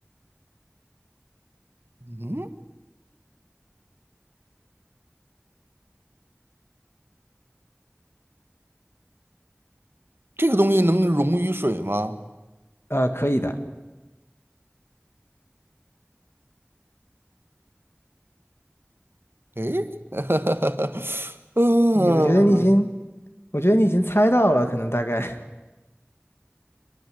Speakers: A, on the right; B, on the left.
A: 嗯，这个东西能溶于水吗？
B: 呃，可以的，
A: 诶，<laughs> 嗯，
B: 你我觉得你已经，我觉得你已经猜到了，可能大概